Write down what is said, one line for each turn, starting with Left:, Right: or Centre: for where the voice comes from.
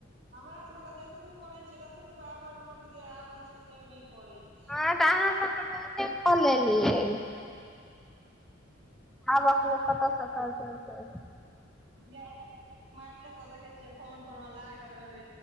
Right: हमरा सभके तऽ जतबो करै छियै ततबो आबक लोक जे आबै छै से नहि करैत
Centre: हँ तऽ अहाँ सब तऽ बहुते क लेलियै आबकल लोक कतस करते एते छै
Right: जे <unintelligible> एते स देखे छियै फोन पर मे लागल रहै